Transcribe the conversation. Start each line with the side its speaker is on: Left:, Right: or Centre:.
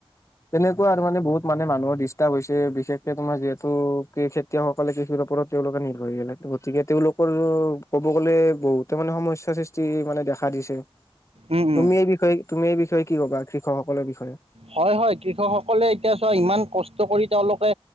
Left: তেনেকুৱা আৰু মানে বহুত মানে মানুহৰ ডিষ্টাৰ্ব হৈছে বিশেষকে তোমাৰ যিহেতু খেতিয়কসকলে কৃষিৰ ওপৰত তেওঁলোকে নিৰ্ভৰশীলে গতিকে তেওঁলোকৰ ক'ব গ'লে বহুত তো মানে সমস্যাৰ সৃষ্টি মানে দেখা দিছে।
Right: উম উম
Left: তুমি এই বিষয়ে, তুমি এই বিষয়ে কি ক'বা কৃষকসকলৰ বিষয়ে?
Right: হয়-হয়, কৃষকসকলে এতিয়া চোৱা ইমান কষ্ট কৰি তেওঁলোকে